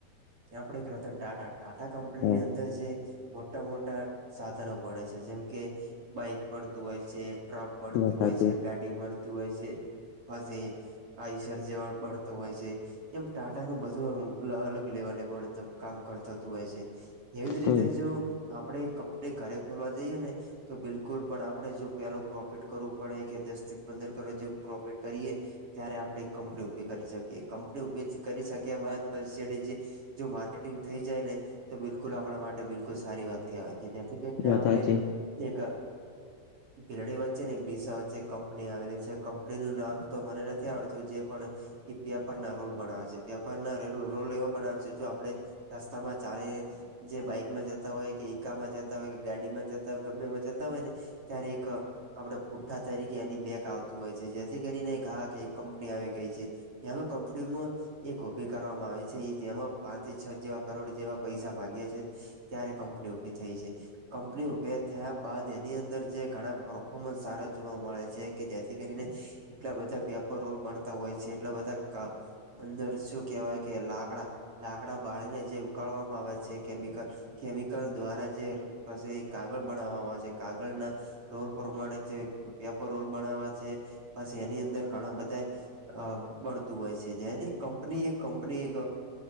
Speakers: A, on the right (about 40°); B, on the left (about 75°).
A: આપડે એક રતન ટાટા ટાટા કંપનીની
B: હા
A: અંદર જે મોટા મોટા સાધનો બને છે જેમ કે બાઈક પળતું હોય છે ટ્રક પળતું
B: વાત
A: હોય
B: સાચી
A: છે ગાડી પળતું હોય છે <unintelligible> આઈસર જેવા ભણતો હોય છે એમ ટાટાનું બધું અલગ લેવલે ભણત કામ કરતાતું હોય છે એવી જ રીતે
B: હમ
A: જો આપણેે કંપની ઘરે ખોલવા જઈએ ને તો બિલકુલ પણ આપડણે જો પેલું પ્રોફિટ કરવું પડે કે દસ થી પંદર કરોડ જેવું પ્રોફિટ કરીએ ત્યારે આપણે કંપની ઉભી કરી શકીએ કંપની ઉભી કરી શક્યા બાદ પછી જે જો માર્કેટિંગ થઈ જાય ને તો બિલકુલ આપણા માટે સારી વાત કહેવાય કે જેથી કરીને
B: વાત
A: આપણે
B: સાચી
A: એક પીલાડી વચ્ચે ને એક ડીસા વચ્ચે કંપની આવેલી છે કંપની નું નામ તો મને નથી આવડતું જે પણ ઈપિયા પર ના રોલ બનાવે છે રોલ એવો બનાવે છે જો આપડે રસ્તામાં ચારે જે બાઈકમાં જ તા હોય કે એકઈકામાં જતા હોય કે ગાડીમાં જતા હોય ગમેમાં જતા હોય ને ત્યારે એક આપડે પુઠ્ઠા તરીકે એની બેક આવતું હોય છે જેથી કરીને એક હા કે એક કંપની આવી ગઈ છે. એમાં કંપનીમાં એક ઉભી કરવામાં આવે છે એ જેમાં પાંચથી છ જેવા કરોડ જેવા પૈસા ભાગ્યા છે ત્યારે કંપની ઉભી થઈ છે. કંપની ઉભે થયા બાદ એની અંદર જે ઘણા પરફોર્મન્સ સારા જોવા મળે છે કે જેથી કરીને એટલા બધા પેપર રોલ બનતા હોય છે એટલા બધા અંદર શું કેવાય કે લાકડા લાકડા બાણીને જે ઉકાળવામાં આવે છે કેમિકલ કેમિકલ દ્વારા જેશે એ કાગળ બનાવવામાં આવેશે કાગળના રોલ પ્રમાણે છે પેપર રોલ બનાવે છે પછી એની અંદર ઘણા બધા અ બણતું હોય છે જેની કંપની એક કંપની એક